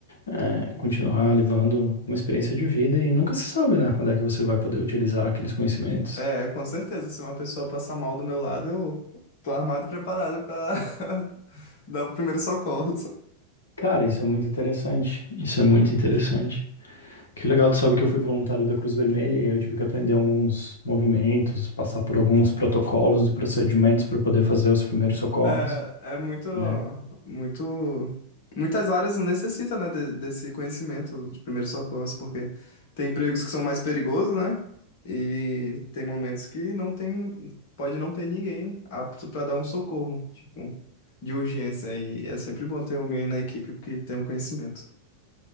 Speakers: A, on the left; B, on the left.
A: é, continuar levando como experiência de vida e nunca se sabe, né, quando é que você vai poder utilizar aqueles conhecimentos.
B: É, com certeza, se uma pessoa passar mal do meu lado, eu tô armado e preparado pra <laughs> dar o primeiro socorro.
A: Cara, isso é muito interessante, isso é muito interessante. Que legal, tu sabe que eu fui voluntário da Cruz Vermelha e eu tive que aprender alguns movimentos, passar por alguns protocolos e procedimentos para poder fazer os primeiros socorros,
B: É, é muito,
A: né?
B: muito, muitas áreas necessitam, né, de- desse conhecimento de primeiros socorros, porque tem empregos que são mais perigosos, né? E tem momentos que não tem, pode não ter ninguém apto para dar um socorro, tipo, de urgência. E é sempre bom ter alguém na equipe que tem um conhecimento,